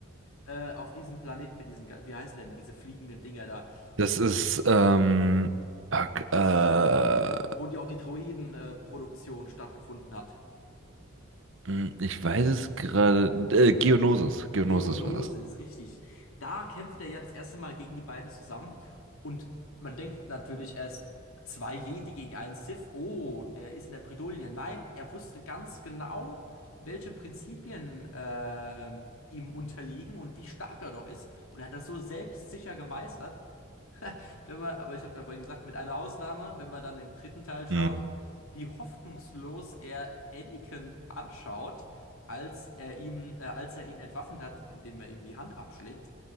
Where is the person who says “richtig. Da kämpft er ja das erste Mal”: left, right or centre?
Left